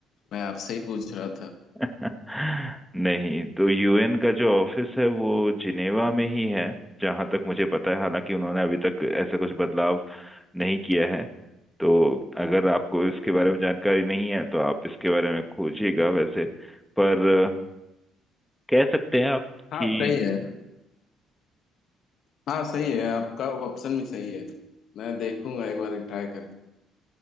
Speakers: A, on the left; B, in the centre.
A: मैं आपसे ही पूछ रहा था
B: <laughs> नहीं तो यूएन का जो ऑफिस है वो जिनेवा में ही है जहां तक मुझे पता है हालांकि उन्होंने अभी तक ऐसा कुछ बदलाव नहीं किया है तो अगर आपको इसके
A: अच्छा।
B: बारे में जानकारी नहीं है तो आप इसके बारे में खोजिएगा वैसे पर अ, कह सकते हैं आप
A: हाँ
B: कि
A: सही है हाँ सही है आपका ऑप्शन भी सही है मैं देखूंगा एक बार ट्राई करके